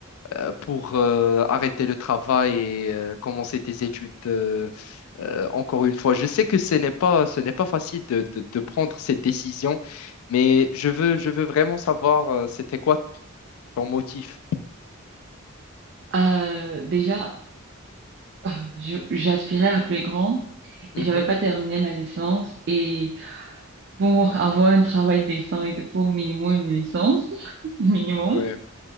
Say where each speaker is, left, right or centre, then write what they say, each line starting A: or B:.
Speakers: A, on the left (about 75°); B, on the right (about 50°).
A: euh, pour euh, arrêter le travail et euh, commencer tes études euh, euh, encore une fois. Je sais que ce n'est pas, ce n'est pas facile de, de- de prendre cette décision, mais je veux, je veux vraiment savoir euh, c'était quoi ton motif.
B: Euh, déjà, <laughs> euh, je, j'aspirais à plus grand
A: Mhm.
B: et j'avais pas terminé ma licence. Et pour avoir un travail décent, il te faut au minimum une licence, <laughs> minimum.
A: Ouais.